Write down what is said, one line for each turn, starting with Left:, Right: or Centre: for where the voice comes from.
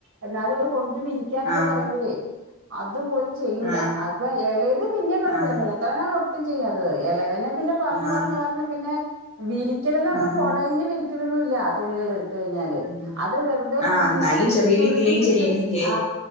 Right: എന്നാലും അവര് കൊണ്ട് വിരി ക്കാനൊക്കെ
Left: ആഹ്
Right: പറയുമ്പോഴേ അതുപോലും ചെയ്യൂല
Left: ആഹ്
Right: അപ്പൊ ഇളയത് പിന്നെ കുഴപ്പല്ല
Left: ആഹ്
Right: മൂത്തത് മൂത്തവനാണ് ഒട്ടും ചെയ്യാതത് ഇളയ വനെ പിന്നെ പറഞ്ഞഞ്
Left: ആഹ്
Right: പറഞ്ഞ് പറഞ്ഞ് പിന്നെ വിരിക്കലന്ന് പറഞ്ഞാൽ
Left: ആഹ്
Right: കൊടഞ്ഞ് വിരിക്കലൊന്നുംല്ല തുണികള് കഴിഞ്ഞാല്
Left: ഉം
Right: അത് വെറുതെ കൊണ്ടിങ്ങനെ
Left: ആഹ് എന്നാലും ചെറിയ
Right: ചുരുട്ടി
Left: രീതിയിലും
Right: ചുരുട്ടി
Left: ചെയ്യണില്ലേ
Right: ആ